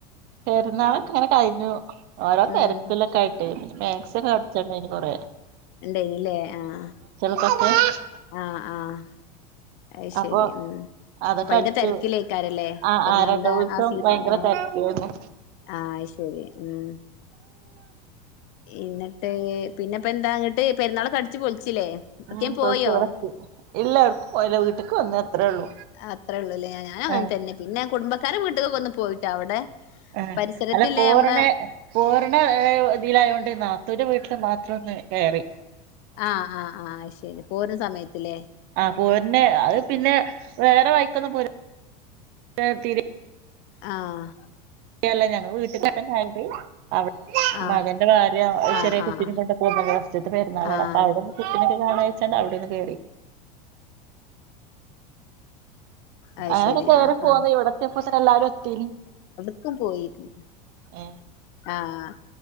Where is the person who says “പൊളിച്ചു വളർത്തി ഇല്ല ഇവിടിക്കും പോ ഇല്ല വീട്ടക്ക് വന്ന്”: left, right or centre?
Right